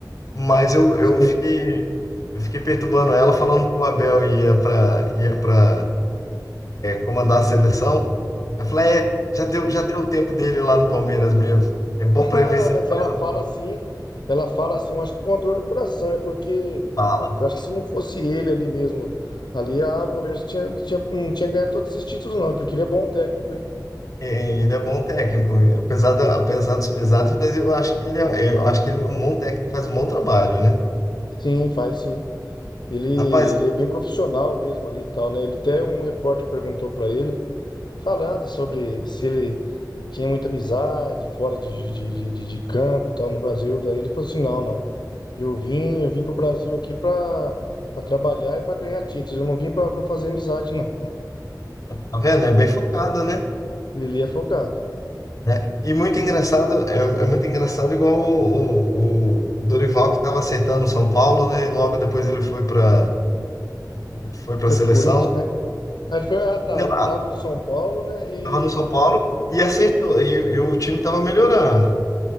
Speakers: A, on the left; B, on the left.
A: Mas eu, eu
B: Sim.
A: fiquei Eu fiquei perturbando ela, falando que o Abel ia para ia para comandar a seleção. Ela falou, é, já deu, já deu o tempo dele lá no Palmeiras mesmo. É bom
B: Ah,
A: para ver se
B: mas
A: ele
B: ela
A: faz o
B: fala
A: que
B: assim, ela fala assim, eu acho que com a dor no coração, é porque
A: fala.
B: eu acho que se não fosse ele ali mesmo, ali ah, o Palmeiras tinha, não tinha, não tinha ganhado todos esses títulos, não, é porque ele é bom técnico, hein?
A: É, ele é bom técnico, apesar, da, apesar dos pesados, mas eu acho que ele é, eu acho que ele é um bom técnico, faz um bom trabalho, né?
B: Sim, faz sim. Ele, ele
A: Rapaz,
B: é bem profissional mesmo ali e tal, né? Ele até um repórter perguntou pra ele. falando sobre se ele tinha muita amizade fora de, de, de, de- de campo, tal, no Brasil. Daí ele falou assim, não, não. Eu vim, eu vim pro Brasil aqui pra para trabalhar e pra ganhar títulos. Eu não vim pra pra fazer amizade, não.
A: tá vendo? É bem focado, né?
B: Ele é focado.
A: Né? E muito engraçado, é, é muito engraçado igual o, o, o Dorival que estava acertando o São Paulo, né? E logo depois ele foi para foi para
B: Foi
A: a seleção.
B: pro Corinthians, né? Aí ele foi, ah, tá,
A: Não,
B: ele tava no São Paulo, né? E
A: Tava no São Paulo e acertou. E, e o time tava melhorando.